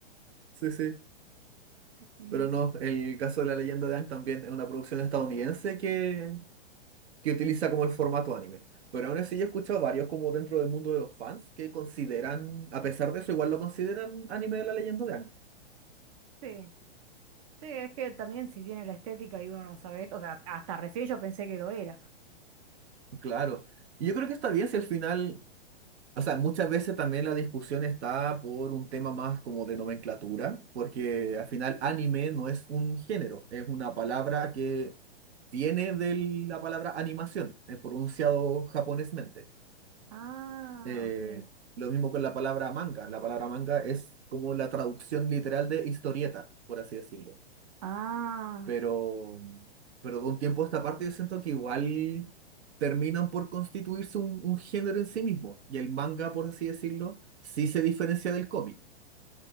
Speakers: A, on the right (about 80°); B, on the right (about 35°).
A: sí, sí.
B: Y,
A: Pero no, el caso de La Leyenda de Aang también es una producción estadounidense que, que utiliza como el formato anime. Pero aún así yo he escuchado varios como dentro del mundo de los fans que consideran, a pesar de eso, igual lo consideran anime de La Leyenda de Aang.
B: sí. Sí, es que también si tiene la estética y uno no sabe esto, o sea, hasta recién yo pensé que lo era.
A: Claro. Y yo creo que está bien si al final, o sea, muchas veces también la discusión está por un tema más como de nomenclatura, porque al final anime no es un género, es una palabra que viene de la palabra animación, eh, pronunciado japonesmente.
B: Ah,
A: Eh,
B: ok.
A: lo mismo con la palabra manga. La palabra manga es como la traducción literal de historieta, por así decirlo.
B: Ah,
A: Pero, pero de un tiempo a esta parte yo siento que igual terminan por constituirse un, un género en sí mismo. Y el manga, por así decirlo, sí se diferencia del cómic.